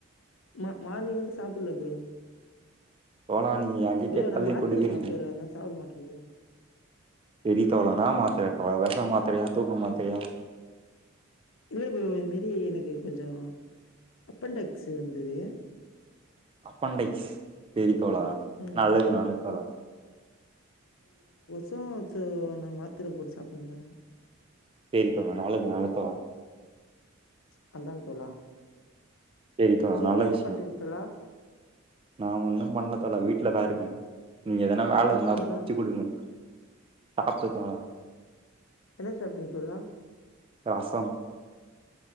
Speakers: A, on the left; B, on the right.
A: மா மார்னிங் இருந்து சாப்பிடுல ப்ரோ.
B: தோளா நீங்க ஏ கிட்டேயே
A: ப்ரோ நான்
B: அதேயே
A: மாத்திரை
B: குடிக்கிறீங்க
A: சாப்பிடுறேன், அதனால சாப்பிட மாட்டேன் ப்ரோ.
B: எரிதகளானா மாத்ததகாதளவ ன்ன மாத்திரையா தூக்க மாத்திரையா?
A: இல்ல ப்ரோ இந்த மேரி எனக்கு கொஞ்சோ அப்பண்டக்ஸ் இருந்தது.
B: அப்பண்டைக்ஸ் பேரி தோளா
A: ம்.
B: நள்ளது நடக்கு தோழா.
A: சோ சோ நா மாத்திர போட்டு சாப்பிட்டுனுக்கறே
B: செரி தோளா நாளைக்கு <unintelligible> தோளா
A: பன்ரன் தோளா
B: சேரி தோழா
A: நீங்க
B: நல்ல
A: என்ன
B: விஷயோ
A: பண்றீங்க தோளா
B: நா ஒண்ணு பண்ணுல தோலா வீட்டுலதா இருக்கே நீங்க எதனா வேல
A: சாப்ட்டீங்களா
B: இருந்தா புடிச்சு குடுங்க. பாக்க தோழா
A: என்ன சாப்பிடிங்க தோளா
B: ரசம்.